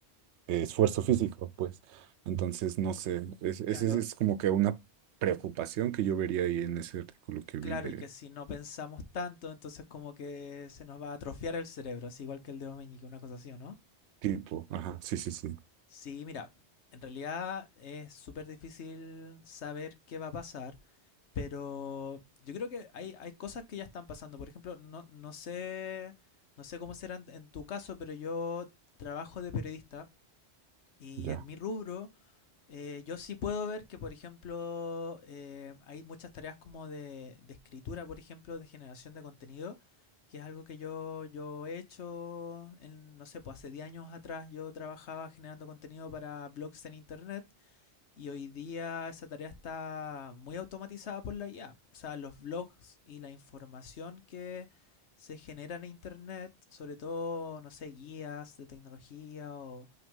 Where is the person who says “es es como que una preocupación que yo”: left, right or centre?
Right